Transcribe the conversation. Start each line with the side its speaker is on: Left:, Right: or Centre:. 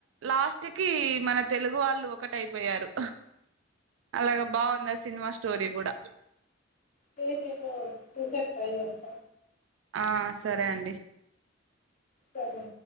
Right: లాస్ట్ కి మన తెలుగు వాళ్ళు ఒకటి అయిపోయారు. అలాగ
Left: ఆ
Right: బాగుందా సినిమాస్ స్టోరీల్ కూడ
Left: తే ఇపుడు తూ స అట్ట ఇపుడు
Right: ఆ సరే అండి.
Left: సరే